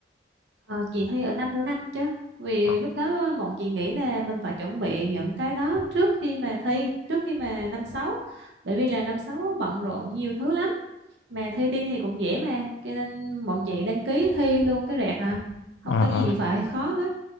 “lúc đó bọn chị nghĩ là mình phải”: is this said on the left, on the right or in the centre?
Right